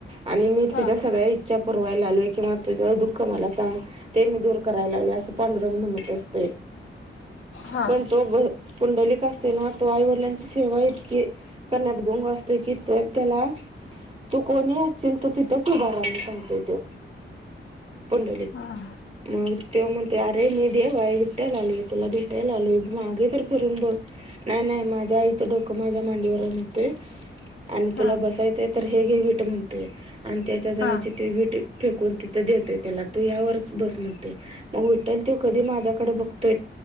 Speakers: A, on the right (about 30°); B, on the left (about 80°).
A: आणि मी
B: हा
A: तुझ्या सगळ्या इच्छा पुरवायला आलोय किंवा तुझं दुःख मला सांग ते मी दूर करायला आलोय असं पांडुरंग म्हणत असतोय
B: हा
A: पण तो पुंडलिक असतेना तर आई वडिलांची सेवा इतकी करण्यात गोंग असतोय की तर त्याला तु कोणी अस ल तर तिथंच उभार रााह सांगतोय तो पुंडलिक
B: हा
A: मग ते म्हणते अरे मी देव आहे विठ्ठल आले भेटायला आलोय तुला भेटायला आलोय मागे तर फिरून बघ नाही नाही माझ्या आईचं डोकं माझ्या मांडीवर आहे म्हणतोय आणि
B: हा
A: तुला बसायचंय तर हे घे विट म्हणतोय आणि त्याच्या जवळचे
B: हा
A: ते विट फेकून तिथं देतोय त्याला तू यावरच बस म्हणतोय मग विठ्ठल त्यो कधी माझ्याकडे बघत